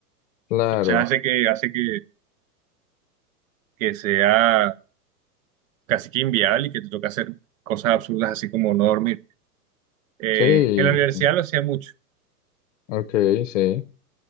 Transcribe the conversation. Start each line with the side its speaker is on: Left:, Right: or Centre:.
Left: Claro,
Right: O sea, hace que, hace que, que sea casi que inviable y que te toque hacer cosas absurdas así como no dormir. Eh,
Left: sí,
Right: en la universidad lo hacía mucho.
Left: ok, sí.